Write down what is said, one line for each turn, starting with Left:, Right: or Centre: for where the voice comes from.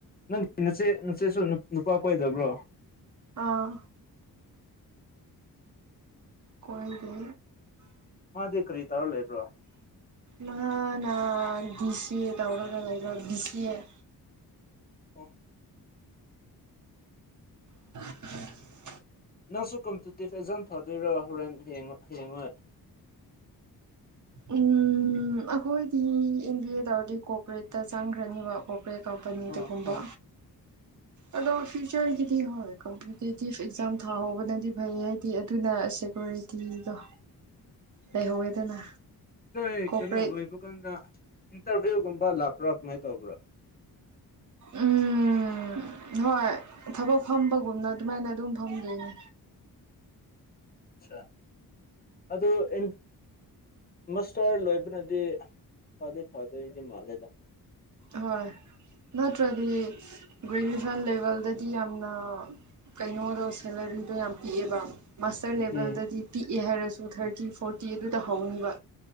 Left: ꯅꯪ ꯅꯆꯦ ꯅꯆꯦꯁꯨ ꯅꯨꯞ ꯅꯨꯄꯥ ꯀꯣꯏꯗꯕ꯭ꯔꯣ
Right: ꯑꯥ ꯀꯣꯏꯗꯦ
Left: ꯃꯥꯗꯤ ꯀꯔꯤ ꯇꯧꯔ ꯂꯩꯕ꯭ꯔꯣ
Right: ꯃꯥꯅꯥ ꯗꯤ ꯁꯤ ꯑꯦ ꯇꯧꯔꯒ ꯂꯩꯕ ꯕꯤ ꯁꯤ ꯑꯦ
Left: ꯑꯣ
Right: <unintelligible>
Left: ꯅꯪꯁꯨ ꯀꯝꯇꯤꯇꯤꯞ ꯑꯦꯖꯥꯝ ꯊꯥꯗꯣꯏꯔꯣ ꯍꯣꯔꯦꯟ ꯍꯌꯦꯡ ꯍꯌꯦꯡꯋꯥꯏ
Right: ꯎꯝ ꯑꯈꯣꯏꯗꯤ ꯑꯦꯟꯕꯤꯑꯦ ꯇꯧꯔꯗꯤ ꯀꯣꯄꯔꯦꯠꯇ ꯆꯪꯈ꯭ꯔꯅꯤꯕ ꯒꯣ ꯄ꯭ꯔꯦ ꯀꯝꯄꯅꯤꯗꯒꯨꯝꯕ
Left: ꯑꯣ ꯍꯣꯏ
Right: ꯑꯗꯣ ꯐ꯭ꯌꯨꯆꯔꯒꯤꯗꯤ ꯍꯣꯏ ꯀꯝꯄꯌꯨꯇꯦꯇꯤꯞ ꯑꯦꯛꯖꯥꯝ ꯊꯥꯍꯧꯕꯅꯗꯤ ꯐꯩ ꯍꯥꯏꯗꯤ ꯑꯗꯨꯅ ꯁꯦꯀꯣꯔꯤ ꯇꯤꯗꯣ ꯂꯩꯍꯧꯋꯦꯗꯅ
Left: ꯅꯣꯏ
Right: ꯀꯣꯔꯄꯣꯔꯦꯠ
Left: ꯀꯩꯅꯣ ꯂꯣꯏꯕꯀꯟꯗ ꯏꯟꯇꯔꯚꯤꯌꯨꯒꯨꯝꯕ ꯂꯥꯛꯄ꯭ꯔꯥ ꯀꯃꯥꯏ ꯇꯧꯕ꯭ꯔꯥ
Right: ꯎꯝ ꯍꯣꯏ ꯊꯕꯛ ꯐꯝꯕꯒꯨꯝꯅ ꯗꯨꯃꯥꯏꯅ ꯑꯗꯨꯝ ꯐꯝꯗꯣꯏꯅꯦ
Left: ꯆꯥ ꯑꯗꯨ ꯑꯦꯟ ꯃꯁꯇꯔ ꯂꯣꯏꯕꯅꯗꯤ ꯐꯥꯗꯤ ꯐꯥꯗꯣꯏꯗꯤ ꯃꯥꯜꯂꯦꯗ
Right: ꯍꯣꯏ ꯅꯠꯇ꯭ꯔꯗꯤ ꯒ꯭ꯔꯦꯖꯨꯋꯦꯁꯟ ꯂꯦꯚꯦꯜꯗꯗꯤ ꯌꯥꯝꯅ ꯀꯩꯅꯣꯗꯣ ꯁꯦꯂꯔꯤꯗꯣ ꯌꯥꯝ ꯄꯤꯛꯑꯦꯕ ꯃꯥꯁꯇꯔ ꯂꯦꯚꯦꯜꯗꯗꯤ
Left: ꯎꯝ
Right: ꯄꯤꯛꯑꯦ ꯍꯥꯏꯔꯁꯨ ꯊꯥꯔꯇꯤ ꯐꯣꯔꯇꯤ ꯑꯗꯨꯗ ꯍꯧꯅꯤꯕ